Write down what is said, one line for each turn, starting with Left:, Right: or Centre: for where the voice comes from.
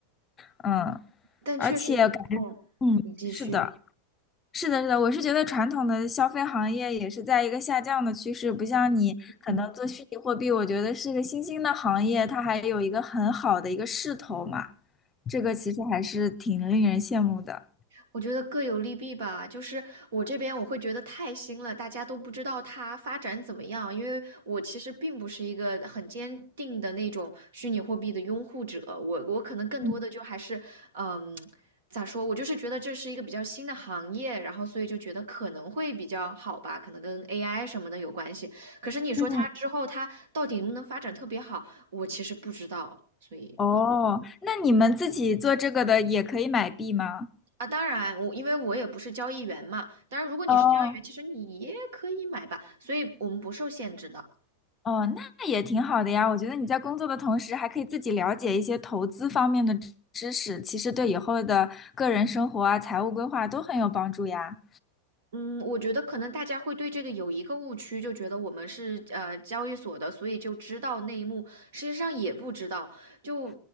Left: 嗯，
Right: 但确实，
Left: 而且感觉，
Right: 哦，
Left: 嗯，
Right: 你继续，
Left: 是的，是的，是的，我是觉得传统的消费行业也是在一个下降的趋势，不像你可能做虚拟货币，
Right: 嗯。
Left: 我觉得是个新兴的行业，它还有一个很好的一个势头嘛，这个其实还是挺令人羡慕的。
Right: 我觉得各有利弊吧，就是我这边我会觉得太新了，大家都不知道它发展怎么样，因为我其实并不是一个很坚定的那种虚拟货币的拥护者，我我可能更多的就还是，
Left: 嗯
Right: 嗯，咋说，我就是觉得这是一个比较新的行业，然后所以就觉得可能会比较好吧，可能跟 AI 什么的有关系。可是你说它之后它到底能不能发展特别好，
Left: 嗯
Right: 我其实不知道，所以嗯
Left: 哦，那你们自己做这个的也可以买币吗？
Right: 啊，当然，我因为我也不是交易员嘛，当然如果你是交易员，
Left: 哦
Right: 其实你也可以买吧，所以我们不受限制的。
Left: 哦，那也挺好的呀。我觉得你在工作的同时，还可以自己了解一些投资方面的知知识，其实对以后的个人生活啊、财务规划都很有帮助呀。
Right: 嗯，我觉得可能大家会对这个有一个误区，就觉得我们是呃交易所的，所以就知道内幕，实际上也不知道，就